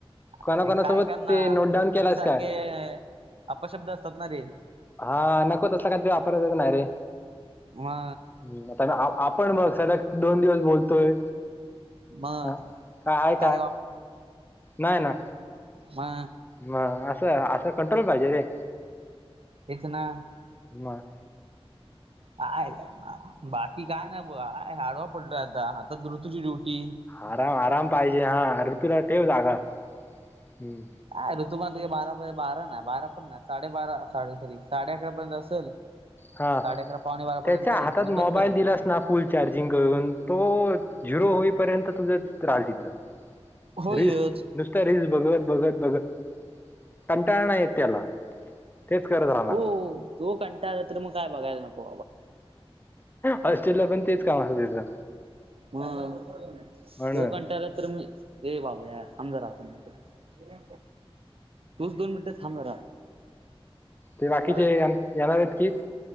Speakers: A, on the left; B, on the right.
A: कोणाकणासोबत
B: अरे काय करणार
A: ते नोटडाऊन केलास
B: इथे सारखे
A: का
B: अपशब्द असतात ना रे
A: हा नको तसला काध वापरायच नाही रे
B: मा
A: हम् आता म आपण बघ सध्या दोन दिवस बोलतोय
B: मग
A: हा का आहे
B: काय
A: का नाही ना
B: हा
A: म असं असं कंट्रोल पाहिजे रे
B: इतना
A: ज
B: आहे का बाकी काय नाही ब हडवा पडलय आता आता ऋुतूची ड्युटी
A: आराम आराम पाहिजे हा अरऋ तुला ठेव जा का हम्
B: अ ऋतुम तुे बारा बारा नाही बारा पण नाही साडेबारा साडेरी साडे अकरा पर्यंत असेल
A: हा
B: साडे अकरा पावणे बारापर्यंत
A: त्याच्या
B: आणि
A: हातात मोबाईल
B: बंद करेल
A: दिलास
B: तो फोन
A: ना फुल चार्जिंग करून तो झिरो होईपर्यंत तुझं राहिल तिथं
B: होयच
A: रिस नुसत रिस भगवत बगत बगत कंटाळणा येत त्याला तेच करत राहणार
B: त तो कंटा तर मग काय बघायला नको
A: हॉस्टेल ला पण तेच काम असतं तिचं
B: ह
A: म्हणून
B: तोघंट्याला तर मी र बाबा या समजा राहतो ना तूच दोन मिनिटं थांब ज
A: ते बाकीचे
B: <inaudible>
A: येण- येणार आहेत की